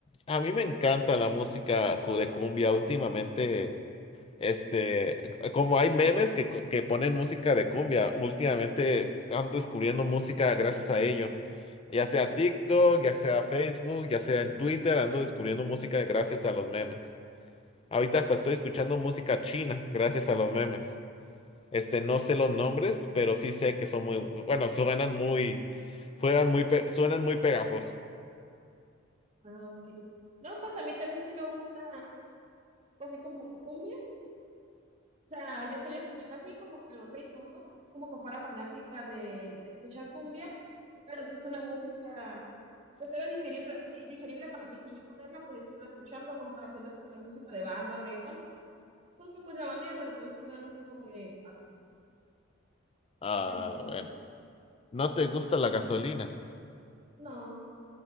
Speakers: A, on the left (about 30°); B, on the right (about 35°).
A: a mí me encanta la música cu- de cumbia últimamente. Este, como hay memes que, co- que ponen música de cumbia, últimamente ando descubriendo música gracias a ello. Ya sea TikTok, ya sea Facebook, ya sea en Twitter, ando descubriendo música gracias a los memes. Ahorita hasta estoy escuchando música china gracias a los memes. Este, no sé los nombres, pero sí sé que son muy, bueno, suenan muy, suenan muy, pe- suenan muy pegajoso.
B: ah, ok. No, pues a mí también sí me gusta, pues así como la cumbia. O sea, yo solía escuchar así como que los ritmos, ¿no? Es como que fuera fanática de escuchar cumbia, pero sí es una música, pues era digerible, y digerible para mí, sin yo ponerla podía estarla escuchando a comparación de escuchar música de banda o reggaetón, porque pues la banda y el reggaetón sí me dan un poco de asco.
A: Ah,
B: Entonces,
A: bueno. ¿No te gusta la gasolina?
B: no,